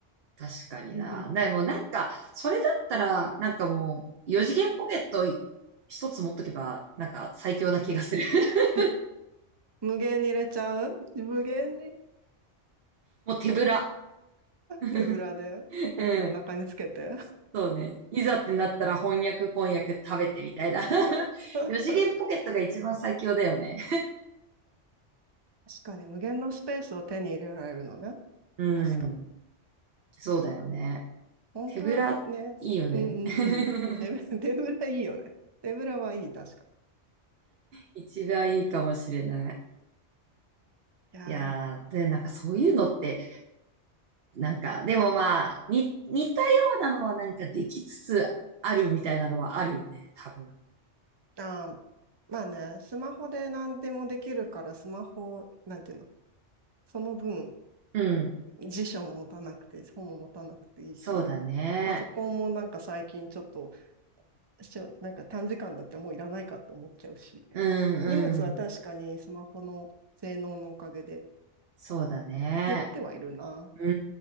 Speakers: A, on the right; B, on the right.
A: 確かにな。
B: うん
A: でもなんか、それだったら、なんかもう、四次元ポケットい一つ持っとけば、なんか最強な気がする。<laughs>
B: <laughs> 無限に入れちゃう無限に
A: もう手ぶら。<laughs>
B: 手ぶらでポッケお腹につけて
A: うん。そうね。いざってなったら翻訳、翻訳食べてみたいな。<laughs>
B: <laughs>
A: 四次元ポケットが一番最強だよね。
B: 確かに無限のスペースを手に入れられるのね。
A: うん。
B: 確か。
A: そうだよね。
B: そう本当はね、
A: 手ぶら、いいよね。
B: うんう
A: <laughs>
B: んうん。手ぶら、<laughs> 手ぶらいいよね。手ぶらはいい、確か。
A: 一番いいかもしれない。
B: いや
A: いやー、で、なんかそういうのって、なんか、でもまあ、に、似たようなのはなんかできつつあるみたいなのはあるよね、多分。
B: ー、あー、まあね、スマホで何でもできるから、スマホ、なんていうの、その分、
A: うん。
B: 辞書も持たなくて、本も持たなくていいし、
A: そうだね。
B: パソコンもなんか最近ちょっとしょなんか短時間だったらもういらないかって思っちゃうし。
A: うんうん。
B: 荷物は確かにスマホの性能のおかげで
A: そうだね。
B: 減ってはいるな。
A: う